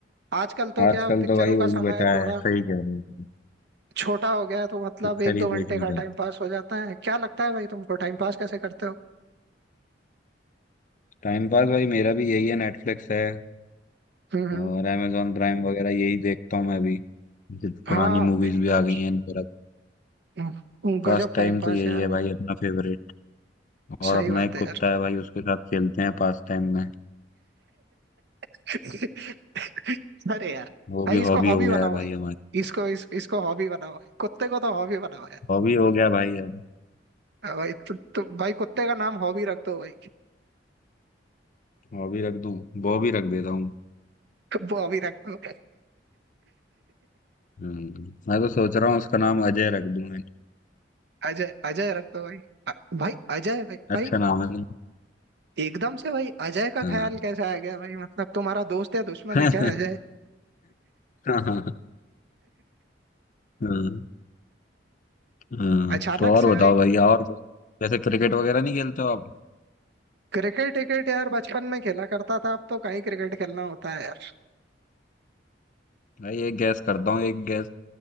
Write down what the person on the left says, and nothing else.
आजकल
तो भाई वही
बचा है
सही कह रहे हो
पिक्चर
ही देखने
का
टाइम पास भाई मेरा भी यही है नेटफ्लिक्स है
और amazon प्राइम वगैरह यही देखता हूँ मैं भी जो
पुरानी
मूवीज भी
आ गई हैं इन पर अब
पास
टाइम
तो यही
है
भाई अपना फेवरेट और
अपना
एक
कुत्ता
है भाई उसके साथ खेलते हैं पास टाइम में
वो
भी
हॉबी
हो गया
है
भाई हमारी
हॉबी हो गया भाई अब
बॉबी रख दूं बॉबी रख देता हूँ
हम्म, मैं तो सोच रहा हूँ उसका नाम अजय रख दूं मैं
अच्छा नाम है ना?
हाँ
<laughs>
हाँ हाँ। हाँ। तो
और
बताओ
भैया और जैसे क्रिकेट वगैरह नहीं खेलते हो आप
भाई एक गैस करता हूँ एक गैस